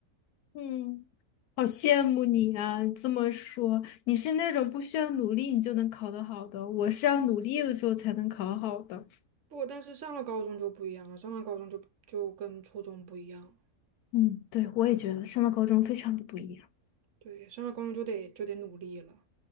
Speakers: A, on the left; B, on the right.
A: 嗯，好羡慕你啊！这么说，你是那种不需要努力你就能考得好的，我是要努力的时候才能考好的。
B: 不过但是上了高中就不一样了，上了高中就就跟初中不一样，
A: 嗯，对，我也觉得上了高中非常的不一样。
B: 对，上了高中就得就得努力了，